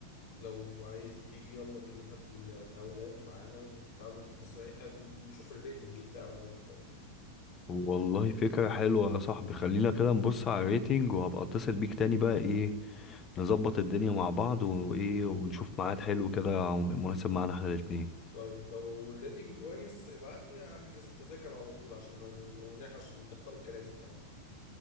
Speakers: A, on the left; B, on the left.
A: لو عايز تيجي يلا بينا هات ال- الاولاد معانا وتعالوا ندخل. بس إيه، إحنا نشوف الريتنج بتاعه الاول طيب
B: والله فكرة حلوة يا صاحبي خلينا كده نبص على الريتنج وهبقى اتصل بيك تاني بقى ايه نظبط الدنيا مع بعض وايه ونشوف ميعاد حلو كده مناسب معانا احنا الاتنين
A: طيب لو الريتنج كويس ابعت لي احجز التذاكر على طول عشان ما ونحش عشان تختار الكراسي بتاعتنا